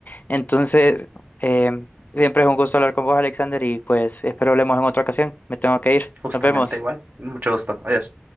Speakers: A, on the left; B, on the right.
A: Entonces, em, siempre es un gusto hablar con vos, Alexander, y pues espero hablemos en otra ocasión. Me tengo que ir.
B: Justamente
A: Nos vemos.
B: igual. Mucho gusto. Adiós.